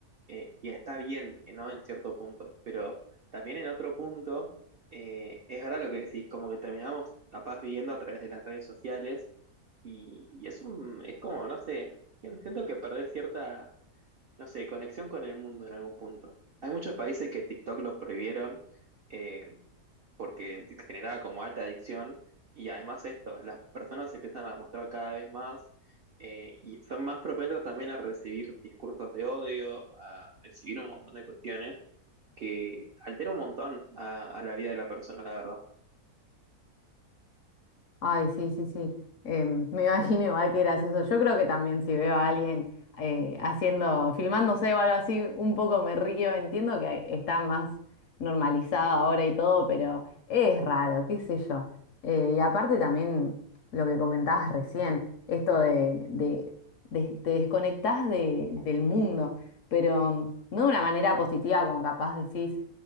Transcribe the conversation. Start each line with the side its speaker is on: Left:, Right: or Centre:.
Right: eh, y está bien, eh, ¿no? En cierto punto, pero también en otro punto, eh, es verdad lo que decís, como que terminamos capaz viviendo a través de las redes sociales, y, y es un, es como, no sé, siento que perdés cierta, no sé, conexión con el mundo en algún punto. Hay muchos países que TikTok lo prohibieron, eh, porque te generaba como alta adicción y además esto, las personas se empiezan a mostrar cada vez más eh, y son más propensas también a recibir discursos de odio, a recibir un montón de cuestiones que altera un montón a, a la vida de la persona, la verdad.
Left: Ay, sí, sí, sí. Em, me <laughs> imagino igual que gracioso. Yo creo que también si veo a alguien eh, haciendo, filmándose o algo así, un poco me río. Entiendo que hay- está más normalizado ahora y todo, pero es raro, qué sé yo. Eh, y aparte también lo que comentabas recién, esto de, de- de- te desconectás de- del mundo, pero no de una manera positiva como capaz decís